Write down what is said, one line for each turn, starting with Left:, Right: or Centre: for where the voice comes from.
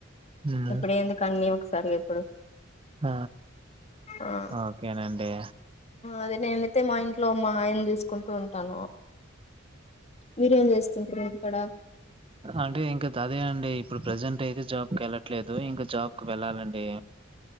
Right: హ్మ్.
Left: ఇప్పుడుేందుకన్నీ ఒకసారి ఎప్పుడు
Right: ఆ
Left: ఆ
Right: ఓకేనండి.
Left: అదే నేన అైతే మా ఇంట్లో మా ఆ యని కుంటూ ఉంటాను మీరేం చేస్తుంటారు ఇంటికాడ
Right: అంటే ఇంక తదే అండి ఇప్పుడు ప్రజెంట్ అయితే జాబ్ కెళ్ళట్లేదు ఇంకా జాబ్ కి వెళ్ళాలండి